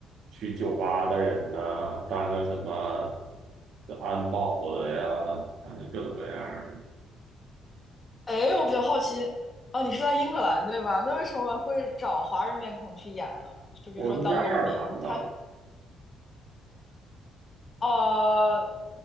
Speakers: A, on the right (about 70°); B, on the left (about 35°).
A: 去酒吧的人呐、当个什么这安保的呀，反正各种各样儿的。
B: 哎，我比较好奇，哦，你是在英格兰对吧？那为什么会找华人面孔去演呢？就比如说当农民，
A: 我是在爱尔兰呢，
B: 他呃，